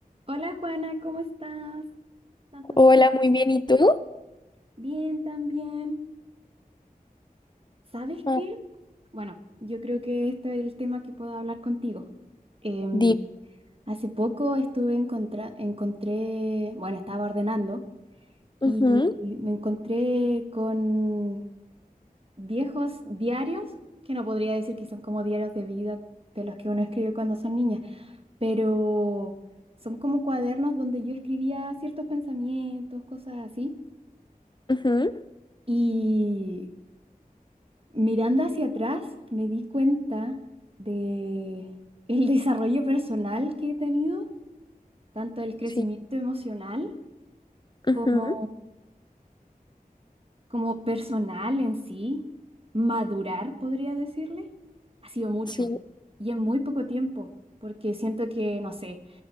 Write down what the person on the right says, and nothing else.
Hola Juana, ¿cómo estás? Tanto
tiempo.
Bien, también. ¿Sabes
qué? Bueno, yo creo que esto es el tema que puedo hablar contigo. Em,
hace poco estuve encontra- encontré, bueno, estaba ordenando
y me encontré con viejos diarios, que no podría decir que son como diarios de vida de los que uno escribe cuando son niñas, pero son como cuadernos donde yo escribía ciertos pensamientos, cosas así.
Y Mirando hacia atrás, me di cuenta de el <laughs> desarrollo personal que he tenido, tanto el crecimiento
emocional
como, como personal en sí. Madurar, podría decirle, ha sido mucho
y en muy poco tiempo, porque siento que, no sé,